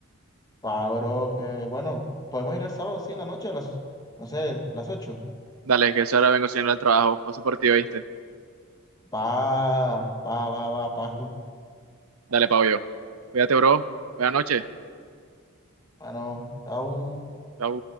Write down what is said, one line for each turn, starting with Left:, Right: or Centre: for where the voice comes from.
Left: Pablo, eh, bueno, podemos ir el sábado, sí, en la noche, a las, no sé, a las ocho
Right: Dale, que eso ahora vengo siguiendo al trabajo, paso por ti, ¿oíste?
Left: Va, va, va, va, pagas tú.
Right: Dale, pago yo. Cuídate, bro. Buenas noches.
Left: Bueno, chao.
Right: Chau.